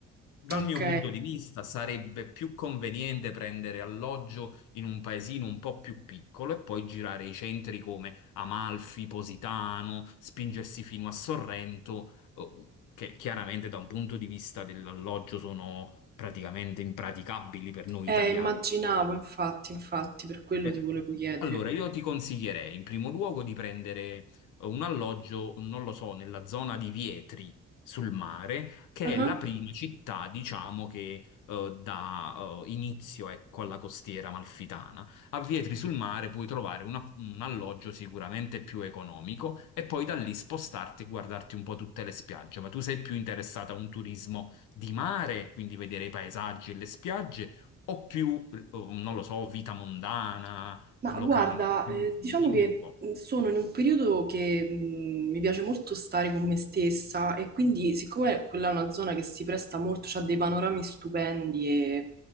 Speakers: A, on the left (about 85°); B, on the right (about 30°).
A: Dal
B: Ok.
A: mio punto di vista, sarebbe più conveniente prendere alloggio in un paesino un po' più piccolo e poi girare i centri come Amalfi, Positano, spingersi fino a Sorrento, eh, che chiaramente da un punto di vista dell'alloggio sono praticamente impraticabili per noi
B: Eh,
A: italiani.
B: immaginavo, infatti, infatti, per quello
A: Eh,
B: ti volevo chiedere.
A: Allora, io ti consiglierei in primo luogo di prendere eh, un alloggio, non lo so, nella zona di Vietri sul mare, che
B: Ah,
A: è la prima città, diciamo, che eh, dà eh, inizio, ecco, alla costiera amalfitana. A Vietri sul mare puoi trovare una- un alloggio sicuramente più economico e poi da lì spostarti e guardarti un po' tutte le spiagge. Ma tu sei più interessata a un turismo di mare, quindi vedere i paesaggi e le spiagge o più, oh, non lo so, vita mondana,
B: Ma
A: locali
B: guarda,
A: notturni,
B: eh, diciamo
A: dimmi
B: che
A: un po'.
B: mh, sono in un periodo che mh, mi piace molto stare con me stessa e quindi siccome quella è una zona che si presta molto, ha dei panorami stupendi e